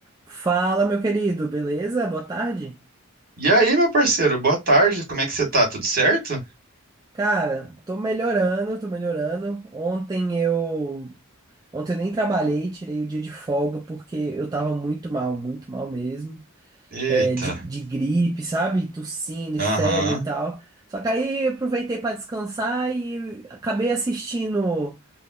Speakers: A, on the right; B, on the right.
A: Fala, meu querido, beleza? Boa tarde.
B: E aí, meu parceiro, boa tarde. Como é que você tá? Tudo certo?
A: Cara, tô melhorando, tô melhorando. Ontem eu, ontem eu nem trabalhei, tirei o dia de folga porque eu tava muito mal, muito mal mesmo.
B: Eita.
A: É, de, de gripe, sabe? Tossindo e
B: Aham.
A: febre e tal. Só que aí eu aproveitei pra descansar e acabei assistindo.